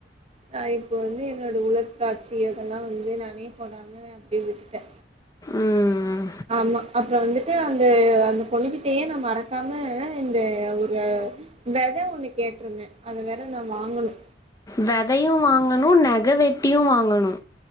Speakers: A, on the right (about 35°); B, on the left (about 20°).
A: நா இப்போ வந்து என்னோட உலர் காட்சி அதெல்லா வந்து நானே போடாம ஆ அப்டே விட்டுட்டே
B: ம்
A: ஆமா அப்றோ வந்துட்டு அந்த அந்த பொண்ணுக்கிட்டயே நா மறக்கமாக இந்த ஒரு வெத ஒன்னு கேட்ருந்தே அத வேற நா வாங்கணு
B: வெதையு வாங்கணு நெக வெட்டியு வாங்கணு